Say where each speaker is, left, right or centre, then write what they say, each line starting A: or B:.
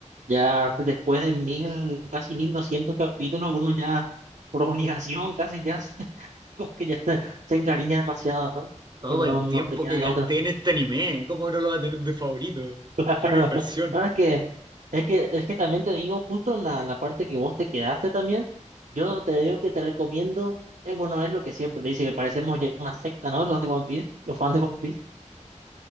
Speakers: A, on the right; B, on the right.
A: ya después de mil, casi mil doscientos capítulos, uno ya por obligación casi ya se, <laughs> como que ya se, se encariña demasiado, ¿no?
B: Todo
A: Pues no,
B: el
A: no
B: tiempo
A: te queda
B: que
A: de
B: gasté
A: otra.
B: en este anime, ¿cómo no lo va a tener de favorito?
A: <laughs> Claro.
B: Fue una inversión.
A: Ahora es que, es que, es que también te digo, justo en la, en la parte que vos te quedaste también, yo te digo que te recomiendo, eh, bueno, es lo que siempre le dice, que parecemos ya una secta, ¿no? Los de One Piece, los fans de One Piece